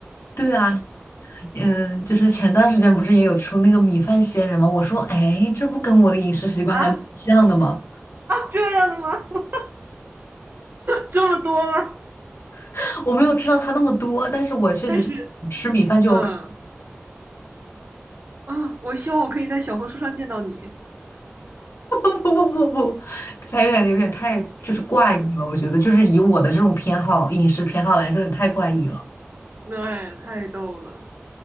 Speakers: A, on the left (about 65°); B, on the right (about 45°).
A: 对啊，嗯，就是前段时间不是也有出那个米饭仙人吗？我说，哎，这不跟我的饮食习惯还蛮像的吗？
B: 啊啊！这样的吗？<laughs> 这么多吗？
A: <laughs> 我没有吃到它那么多，但是我确实就吃米饭就有。
B: 但是，嗯啊，我希望我可以在小红书上见到你。
A: 不不不不，他有点有点太就是怪异了，我觉得就是以我的这种偏好饮食偏好来说，有点太怪异了
B: 对，太逗了。